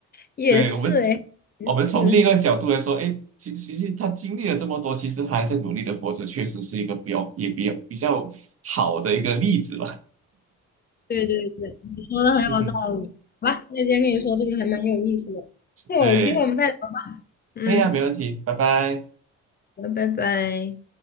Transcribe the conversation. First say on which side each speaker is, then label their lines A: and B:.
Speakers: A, on the left; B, on the right.
A: 也是哎，
B: 对，我们，
A: 也是。
B: 我们从另一个角度来说，哎，其其实他经历了这么多，其实还在努力的活着，确实是一个比较也比较比较好的一个例子吧。
A: 对对对，你说的很有道理。
B: <laughs> 嗯哼，
A: 好吧，那今天跟你说这个还蛮有意思的。就有机会我们再聊
B: 对，
A: 嗯，
B: 可以啊，没问题，拜拜。
A: 好，拜拜。